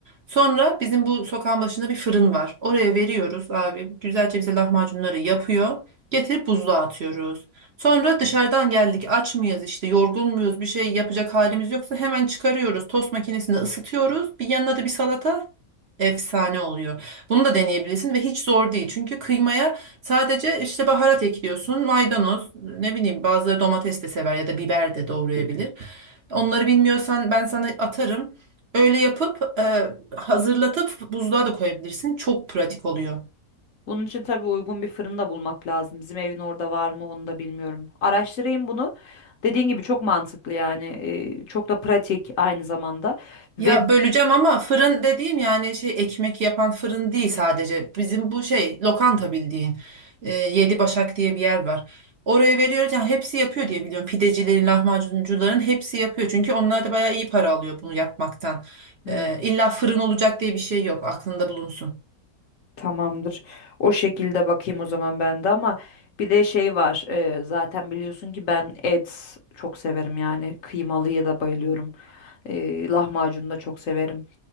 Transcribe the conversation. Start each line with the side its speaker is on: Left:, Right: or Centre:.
Right: Sonra bizim bu sokağın başında bir fırın var. Oraya veriyoruz abi. Güzelce bize lahmacunları yapıyor. Getirip buzluğa atıyoruz. Sonra dışarıdan geldik aç mıyız işte yorgun muyuz bir şey yapacak halimiz yoksa hemen çıkarıyoruz. Tost makinesinde ısıtıyoruz. Bir yanına da bir salata efsane oluyor. Bunu da deneyebilirsin ve hiç zor değil. Çünkü kıymaya Sadece işte baharat ekliyorsun, maydanoz, ne bileyim bazıları domates de sever ya da biber de doğrayabilir. Onları bilmiyorsan ben sana atarım. Öyle yapıp e, hazırlatıp buzluğa da koyabilirsin. Çok pratik oluyor.
Left: Bunun için tabii uygun bir fırın da bulmak lazım. Bizim evin orada var mı onu da bilmiyorum. Araştırayım bunu. Dediğin gibi çok mantıklı yani. Ee, çok da pratik aynı zamanda. Ve
Right: Ya böleceğim ama fırın dediğim yani şey ekmek yapan fırın değil sadece. Bizim bu şey lokanta bildiğin. Ee, Yedi Başak diye bir yer var. Oraya veriyoruz yani hepsi yapıyor diye biliyorum. Pidecilerin, lahmacuncuların hepsi yapıyor. Çünkü onlar da bayağı iyi para alıyor bunu yapmaktan.
Left: Hmm.
Right: Ee, illa fırın olacak diye bir şey yok aklında bulunsun.
Left: Tamamdır. O şekilde bakayım o zaman ben de ama bir de şey var. e, zaten biliyorsun ki ben et çok severim yani kıymalıya da bayılıyorum. E, lahmacun da çok severim.